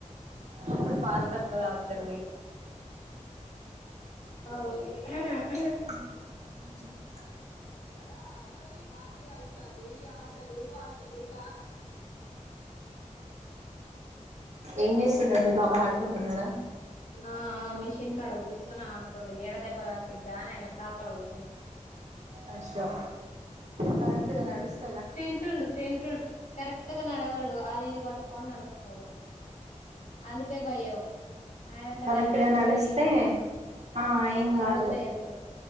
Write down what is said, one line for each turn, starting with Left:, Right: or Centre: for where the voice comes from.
Right: అప్పుడు పాలు తక్కువ తాగుతరువీళ్ళు
Left: అవును
Right: <inaudible>
Left: కదా అ మరి దాండియా అవుతాది ఆటలు పాటలు <inaudible>
Right: ఏం చేస్తున్నాడు మీ బాబా ఆడుకుంటున్నాడా
Left: ఆ ఆ మిషన్ కాడ కూర్చొని అడత తుండు ఏడా దెబ్బ తాకిద్దా అని ఆయన కాపాల గుసుండు
Right: అయ్యో కరెక్ట్గా నడుస్తూ
Left: తింటుండు తింటుండు కరెక్ట్ గా నడవడు అది ఇది పట్టుకొని నడుస్తాడు అందుకే భయం ఆయనంతట
Right: కరెక్ట్గా
Left: ఆయన నడుస్తే
Right: నడిస్తే
Left: ఏం కాదు
Right: ఆ ఏం కాదు
Left: వదిలేయచ్చు